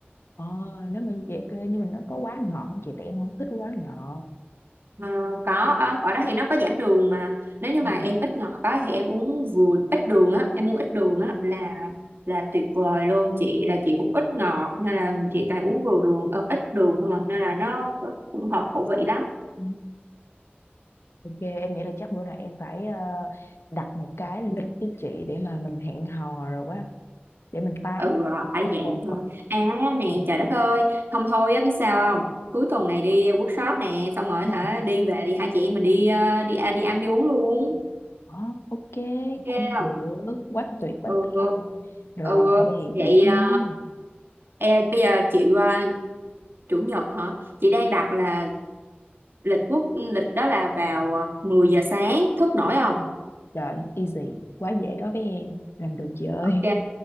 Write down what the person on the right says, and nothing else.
Ờ, có ở, ở đó thì nó có giảm đường mà nếu như
mà em ít ngọt quá thì em uống vừa ít đường á em uống ít đường á là là tuyệt vời luôn chị là chị cũng ít ngọt nên là chị toàn uống vừa đường ờ, ít đường không à nên là nó cũng hợp khẩu vị lắm
ừ ở
dạng thôi à nè trời đất ơi không thôi á biết sao không cuối tuần này đi workshop nè xong rồi
hả đi về đi hai chị em mình đi ờ, đi à, đi ăn đi uống luôn
ok
ừ
ừ vậy
ờ, e, bây giờ chị qua chủ nhật hả chị đang đặt là lịch quốc lịch đó là vào ờ, 10 giờ sáng thức nổi không
ok